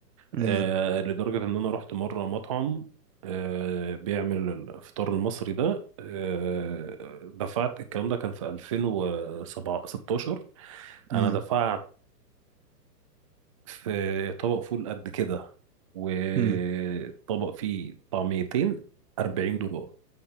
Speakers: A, on the right; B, on the right.
A: أمم،
B: آه لدرجة إن أنا رحت مرة مطعم آه بيعمل الفطار المصري ده آه دفعت الكلام ده كان في 2016 أنا
A: أمم،
B: دفعت في طبق فول قد كده وطبق
A: أمم.
B: فيه طعميتين 40 دولار